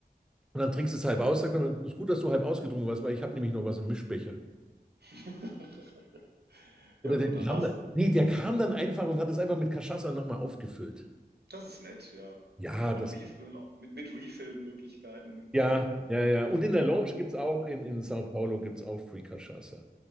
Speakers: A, in the centre; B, on the right.
A: Und dann trinkst du es halb aus, sagt man, ist gut, dass du halb ausgetrunken warst, weil ich habe nämlich noch was im Mischbecher.
B: <laughs>
A: Oder
B: Ja, und
A: der kam
B: dann war's
A: dann, nee, der kam dann einfach und hat es einfach mit Cachaça nochmal aufgefüllt.
B: Das ist nett, ja.
A: Ja,
B: So
A: das,
B: 'n Refill mit mit Refill-Möglichkeiten. ne?
A: ja, ja, ja. Und in der Lounge gibt es auch, in, in Sao Paulo gibt es auch Free Cachaça.